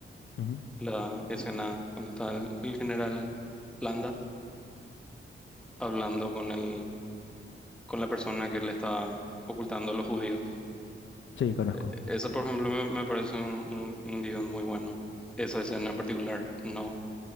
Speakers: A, on the left (about 70°); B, in the centre.
A: Ujú.
B: la escena cuando está el, el general Landa hablando con el, con la persona que le está ocultando a los judíos.
A: Sí, conozco.
B: Eh, Esa, por ejemplo, me, me parece un, un, un guión muy bueno. Esa escena en particular, no,